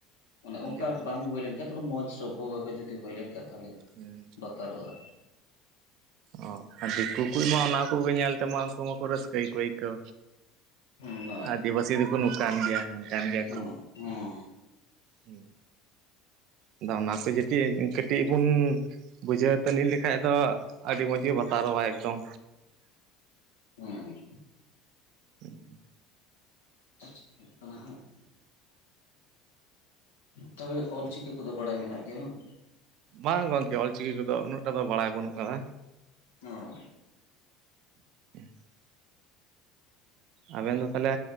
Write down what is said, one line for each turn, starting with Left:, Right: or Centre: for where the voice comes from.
Left: ᱚᱱᱮ ᱚᱝᱠᱟ
Right: ᱫᱤᱠᱩ
Left: ᱵᱟᱝ ᱦᱩᱭ ᱞᱮᱱᱹᱠᱷᱟᱱ ᱛᱚᱲ ᱢᱚᱸᱡ ᱥᱚᱵᱷᱚ ᱵᱷᱟᱵᱮ ᱡᱩᱫᱤ ᱦᱩᱭ ᱞᱮᱱᱹᱠᱷᱟᱱ ᱛᱮ
Right: ᱦᱮᱸ
Left: ᱵᱟᱹᱛᱟᱨᱚᱜᱼᱟ᱾
Right: ᱚ ᱟᱨ ᱫᱤᱠᱩ ᱠᱚᱢᱟ ᱚᱱᱟ ᱠᱚᱸᱜᱮ ᱧᱮᱞ ᱛᱮᱢᱟ ᱩᱱᱠᱩ ᱢᱟᱠᱚᱸ ᱨᱟᱹᱥᱠᱟᱹᱠᱚ ᱟᱹᱭᱠᱟᱹᱣ᱾
Left: ᱦᱮᱸ ᱚᱱᱟ
Right: ᱟᱹᱫᱤᱵᱟᱹᱥᱤ
Left: ᱜᱮᱛᱚ
Right: ᱫᱚᱠᱚ ᱱᱚᱝ ᱠᱟᱱ ᱜᱮᱭᱟ ᱦᱟᱱᱠ ᱜᱮᱭᱟ
Left: ᱦᱮᱸ
Right: ᱠᱚ
Left: ᱦᱮᱸ
Right: ᱦᱩ᱾ ᱟᱫᱚᱸ ᱚᱱᱟ ᱠᱚ ᱡᱟᱹᱴᱤ ᱠᱟᱹᱴᱤᱡ ᱵᱩᱱ ᱵᱩᱡᱷᱟᱹᱣ ᱟᱛᱮ ᱞᱮ ᱞᱮᱸᱠᱷᱟᱡ ᱫᱚ ᱟᱹᱰᱤ ᱢᱚᱡ ᱜᱮ ᱵᱟᱹᱛᱟᱨᱚᱜᱼᱟ ᱮᱠᱫᱚᱢ᱾
Left: ᱦᱩᱸ᱾
Right: <inaudible>
Left: ᱟᱫᱚ ᱪᱤᱠᱟᱹᱜ ᱠᱟᱱᱟ ᱦᱟᱸᱜ ᱛᱚᱵᱮ ᱚᱞᱪᱤᱠᱤ ᱠᱚᱫᱚ ᱵᱟᱲᱟᱭ ᱢᱮᱱᱟᱜ ᱜᱮᱭᱟ ᱵᱟᱝ?
Right: ᱵᱟᱝ ᱜᱚᱝᱠᱮ ᱚᱞᱪᱤᱠᱤ ᱠᱚ ᱫᱚ ᱩᱱᱟᱹᱜ ᱴᱟ ᱫᱚ ᱵᱟᱲᱟᱭ ᱵᱟᱹᱱᱩᱜ ᱠᱟᱫᱟ᱾
Left: ᱚ᱾
Right: <inaudible> ᱟᱵᱮᱱ ᱫᱚ ᱛᱟᱦᱞᱮ